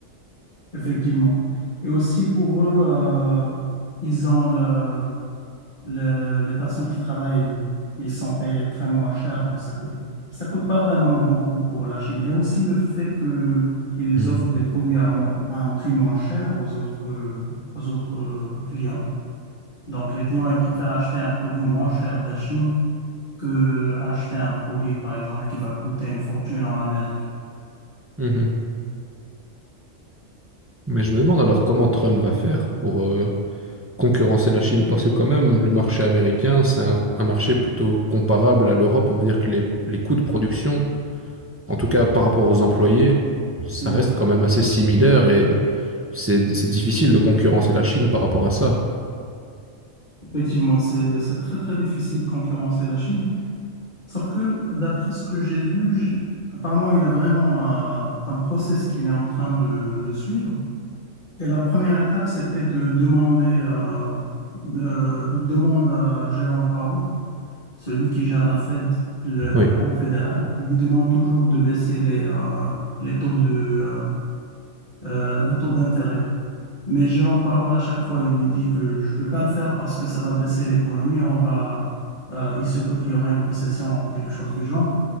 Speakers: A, on the left; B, on the right.
A: effectivement. Et aussi pour eux, euh, ils ont le Le- les personnes qui travaillent, ils sont payés très moins cher, donc ça coûte, ça coûte pas vraiment beaucoup pour la Chine. Et aussi le fait que qu'ils
B: Mhm.
A: offrent des produits à, moins- à un prix moins cher aux autres, euh, aux autres euh, clients. Donc les clients, ils préfèrent acheter un produit moins cher de la Chine que acheter un produit, par exemple, qui va coûter une fortune en Amérique.
B: Mhm. Mais je me demande alors comment Trump va faire pour euh, concurrencer la Chine, parce que quand même, le marché américain, c'est un, un marché plutôt comparable à l'Europe. On va dire que les, les coûts de production, en tout cas par rapport aux employés, ça
A: Oui.
B: reste quand même assez similaire et c'est c'est difficile de concurrencer la Chine par rapport à ça.
A: Effectivement, c'est, c'est très, très difficile de concurrencer la Chine. Sauf que, d'après ce que j'ai vu, j'- apparemment, il a vraiment un, un process qu'il est en train de, de suivre. Et la première étape, c'était de demander, euh, de- il demande à Jérôme Powell, celui qui gère la Fed, le-
B: Oui.
A: la Banque fédérale, il lui demande toujours de baisser les, euh, les taux de, euh, euh, les taux d'intérêt. Mais Jérôme Powell, à chaque fois, il lui dit que je ne peux pas le faire parce que ça va baisser l'économie, on va, euh, il se peut qu'il y aura une récession, quelque chose du genre.